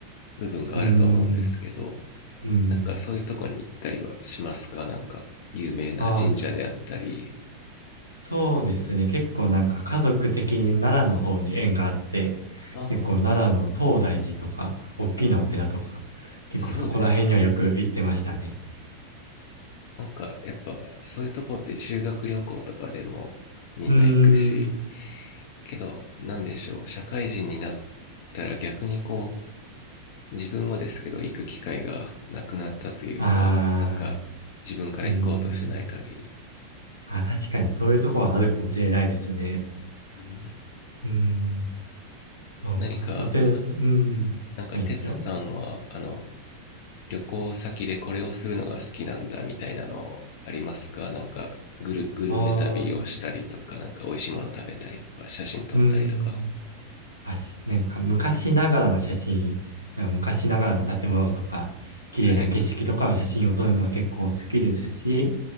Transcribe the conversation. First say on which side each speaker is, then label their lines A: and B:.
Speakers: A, on the left (about 50°); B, on the left (about 85°).
A: 部分があると思うんですけど、
B: うん、うん。うん
A: なんかそういうとこに行ったりはしますかなんか有名な神社であったり。
B: ああ、そそうですね。結構なんか家族的に奈良の方に縁があって、
A: ああ、
B: 結構奈良の東大寺とか、大きなお寺とか、結構そこら辺にはよく行ってましたね。
A: そうですね。なんかやっぱそういうとこって修学旅行とかでもみんな行くし
B: うーん。
A: けどなんでしょう社会人になったら逆にこう自分はですけど行く機会がなくなったというかなんか自分から行こうとしない限り、
B: あー、うーん。あ、確かにそういうとこはあるかもしれないですね。
A: うん、
B: うーん。そうか。
A: 何かあ
B: お寺と、うーん。
A: なんか哲さんはあの
B: あいいですよ。
A: 旅行先でこれをするのが好きなんだみたいなのありますかなんかグルグルメ旅をしたりとかなんか美味しいもの食べたりとか写真撮ったりとか
B: あー、うーん。あ、しなんか昔ながらの写真、なんか昔ながらの建物とか、綺麗な景色とかの写真を撮るのは結構好きですし、
A: はい